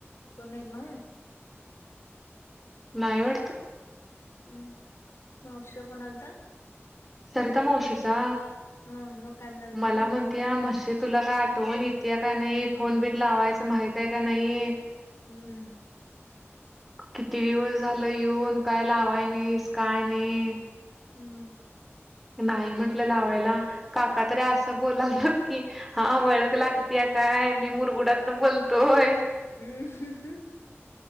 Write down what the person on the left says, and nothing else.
पुण्यात नव्ह?
हुं. मावशीचा फोन आलता?
ह मग काय म्हणाल
ती
हुं.
हुं..
हम्म हम् हम्.